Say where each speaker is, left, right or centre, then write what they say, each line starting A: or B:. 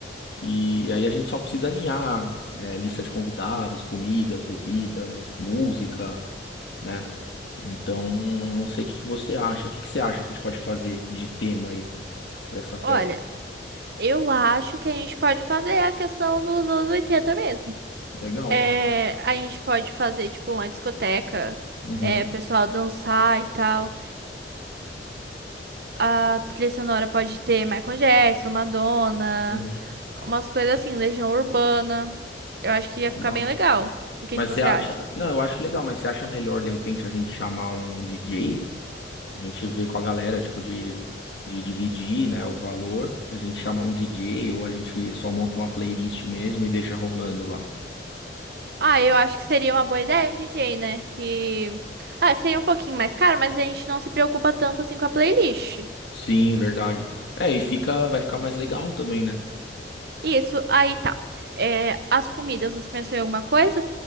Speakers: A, on the left; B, on the right.
A: E aí a gente só precisa alinhar, é, lista de convidados, comidas, bebidas, música né? Então, não sei o que que você acha. O que que você acha que a gente pode fazer de tema aí pra essa festa?
B: Olha, eu acho que a gente pode fazer a questão dos anos 80 mesmo.
A: Legal.
B: É, a gente pode fazer, tipo, uma discoteca,
A: Uhum,
B: é, pessoal dançar e tal. A trilha sonora pode ter Michael Jackson, Madonna,
A: uhum,
B: umas coisas assim, Legião Urbana. Eu acho que ia
A: legal.
B: ficar bem legal. O que
A: Mas
B: que você
A: você acha.
B: acha?
A: Não, eu acho legal, mas você acha melhor de repente a gente chamar um DJ? A gente vê com a galera, tipo, de, de dividir, né, o valor. A gente chamar um DJ ou a gente só monta uma playlist mesmo e deixa rolando lá.
B: Ah, eu acho que seria uma boa ideia um DJ, né? Que. Ah, seria um pouquinho mais caro, mas a gente não se preocupa tanto assim com a playlist.
A: Sim, verdade. É, e fica, vai ficar mais legal também, né?
B: Isso, aí tá. É, as comidas, você pensou em alguma coisa?